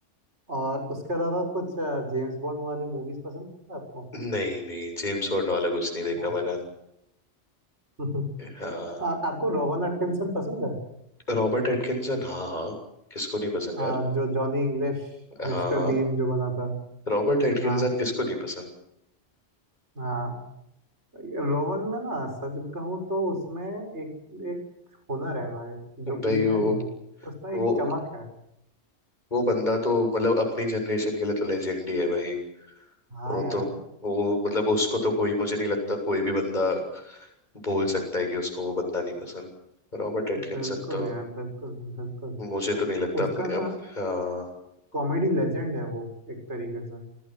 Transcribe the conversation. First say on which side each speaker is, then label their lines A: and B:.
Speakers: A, on the right (about 70°); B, on the left (about 40°).
A: और उसके अलावा कुछ जेम्स बॉन्ड वाले मूवीज पसंद है आपको
B: नहीं नहीं जेम्स बॉन्ड वाला कुछ नहीं देखा
A: अच्छा
B: मैंने
A: अच्छा <laughs>
B: हाँ
A: आ, आपको रोवन एटकिंसन पसंद है
B: रॉबर्ट एटकिंसन हाँ हाँ किसको नहीं पसंद
A: हाँ
B: यार
A: जो जॉनी इंग्लिश
B: हाँ
A: मिस्टर बीन जो बना था
B: रॉबर्ट एटकिंसन
A: हाँ
B: किसको नहीं पसंद
A: हाँ रोवन में ना सच कहूँ तो उसमें एक एक हुनर है भाई जो
B: भाई
A: किसी में
B: वो
A: नहीं है उसमें
B: वो
A: एक चमक है
B: वो बंदा तो मतलब अपनी जनरेशन के लिए तो लेजेंड ही है भाई
A: हाँ
B: वो
A: यार
B: तो वो मतलब उसको तो कोई मुझे नहीं लगता कोई भी बंदा बोल सकता है कि उसको वो बंदा नहीं पसंद रॉबर्ट एटकिंसन
A: बिल्कुल
B: तो
A: यार बिल्कुल बिल्कुल
B: मुझे तो नहीं लगता
A: उसका
B: अपने अप,
A: ना
B: हाँ
A: कॉमेडी लेजेंड है वो एक तरीके से